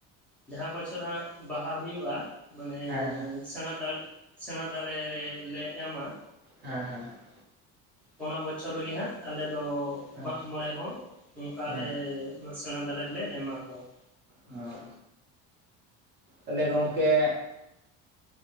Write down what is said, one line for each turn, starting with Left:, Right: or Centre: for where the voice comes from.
Centre: ᱡᱟᱸᱦᱟ ᱵᱚᱪᱷᱚᱨ ᱦᱟᱸᱜ ᱵᱟᱦᱟ ᱦᱩᱭᱩᱜᱼᱟ ᱢᱟᱱᱮ
Right: ᱦᱮᱸ
Centre: ᱥᱮᱬᱟ ᱫᱟᱲᱮᱼᱼ ᱥᱮᱬᱟ ᱫᱟᱲᱮᱞᱮ ᱮᱢᱟ ᱾
Right: ᱦᱮᱸ ᱦᱮᱸ ᱾
Centre: ᱪᱟᱞᱟᱣ ᱵᱚᱪᱷᱚᱨ ᱜᱮ ᱦᱟᱸᱜ ᱟᱞᱮ ᱫᱚᱼᱼ
Right: ᱦᱮᱸ
Centre: ᱢᱟᱜᱽ ᱢᱚᱬᱮ ᱦᱚᱸ ᱚᱱᱠᱟᱞᱮ
Right: ᱦᱮᱸ
Centre: ᱥᱮᱬᱟ ᱫᱟᱲᱮᱞᱮ ᱮᱢᱟ ᱠᱚᱣᱟ ᱾
Right: ᱦᱚᱸ ᱦᱮᱞᱳ ᱜᱚᱝᱠᱮ ᱾